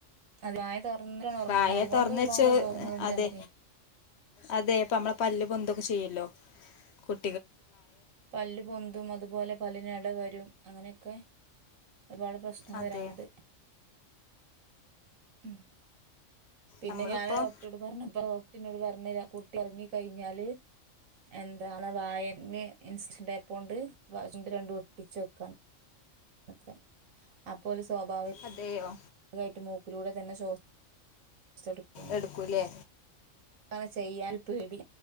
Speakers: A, on the right (about 85°); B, on the left (about 60°).
A: അതു വായ തുറന്നിട്ടാ ഉറങ്ങുന്നത്
B: വായ
A: അതുകൊണ്ടും
B: തുറന്ന്
A: ഒരുപാട്
B: വെച്ച്
A: ദോഷങ്ങളുണ്ട്
B: അതെ
A: നമ്മക്ക്.
B: അതെ പ്പമ്മള പല്ല് പൊന്തൊക്കെ ചെയ്യല്ലോ കുട.
A: പല്ല പൊന്തും അതുപോലെ പല്ലിനടവരും അങ്ങനെയൊക്കെ. ഒരുപാട് പ്രശ്നം
B: അതെ
A: വരാണ്ട്. ഉം. പിന്നെ
B: നമ്മളിപ്പം
A: ഞാന് ഡോക്റോഡ് പറഞ്ഞുപ്പോ ഡോക്ടറ്ഇന്നോട് പറഞ്ഞ് കുട്ടി ഒറങ്ങി. കഴിഞ്ഞാല് എന്താണ് വായമെ. ഇൻസ്റ്റൻ ടാപ് കൊണ്ട് വാ ചുണ്ട് രണ്ടും ഒട്ടിച്ച് വെക്കാൻ. കെ അപ്പോല് സ്വാഭാവിക.
B: അതെയോ.
A: ഇങ്ങെനെയിട്ട് മൂക്കിലൂടെ തന്നെ ശ്വാ സെടുക്കും.
B: എടുക്കും ലേ.
A: താണ് ചെയ്യാൻ പേടി